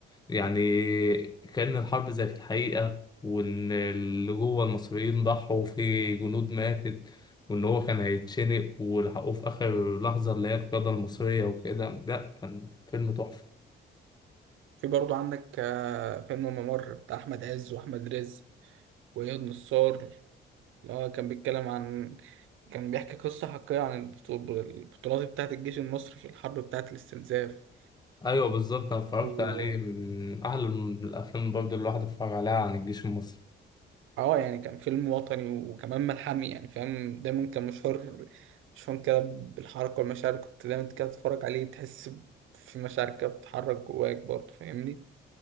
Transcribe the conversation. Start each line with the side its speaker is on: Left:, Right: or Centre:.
Left: يعني كأن الحرب زي في الحقيقة وإن اللي جوه المصريين ضحوا في جنود ماتت وإن هو كان هيتشنق ولحقوه في آخر لحظة اللي هي القيادة المصرية وكده لأ كان فيلم تحفة
Right: في برضو عندك آه فيلم الممر بتاع أحمد عز وأحمد رزق وإياد نصار اللي هو كان بيتكلم عن كان بيحكي قصة حقيقية عن البطول- البطولات بتاعة الجيش المصري في الحرب بتاعة الاستنزاف
Left: أيوة بالظبط أنا اتفرجت
Right: و...
Left: عليه من أحلى الأفلام برضه اللي الواحد اتفرج عليها عن الجيش المصري
Right: اه يعني كان فيلم وطني وكمان ملحمي يعني فاهم دايما كان مشهور مشهور كده بالحركة والمشاعر كنت دايما كده تتفرج عليه تحس في مشاعر كده بتتحرك جواك برضه فاهمني